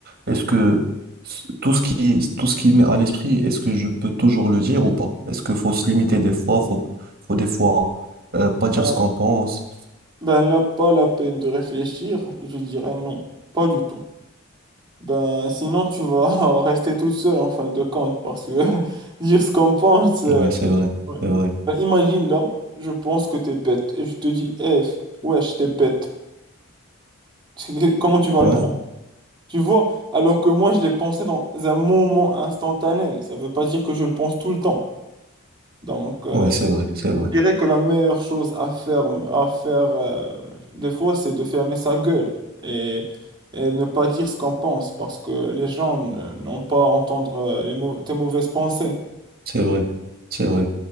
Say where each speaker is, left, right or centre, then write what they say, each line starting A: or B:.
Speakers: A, on the right; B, on the right.
A: est-ce que s- tout ce qui tout ce qui m'est à l'esprit, est-ce que je peux toujours le dire ou pas? Est-ce qu'il faut se limiter des fois, faut faut des fois euh, pas dire
B: Euh,
A: ce qu'on pense?
B: Ben là, pas la peine de réfléchir, je dirais non, pas du tout. Ben sinon, tu vas <laughs> rester toute seule en fin de compte, parce que <laughs> dire ce qu'on pense. euh,
A: Ouais, c'est vrai,
B: ouais.
A: c'est vrai.
B: Ben, imagine là, je pense que t'es bête, et je te dis, eh, f- wesh, t'es bête. <laughs> Comment tu vas
A: Ouais.
B: le prendre? Tu vois, alors que moi, je l'ai pensé dans un moment instantané, ça veut pas dire que je le pense tout le temps. Donc.
A: Ouais, c'est vrai, c'est vrai,
B: Je dirais que la meilleure chose à faire, à faire euh, des fois, c'est de fermer sa gueule et, et ne pas dire ce qu'on pense parce que les gens n- n'ont pas à entendre euh, les mau- tes mauvaises pensées.
A: c'est vrai, c'est vrai.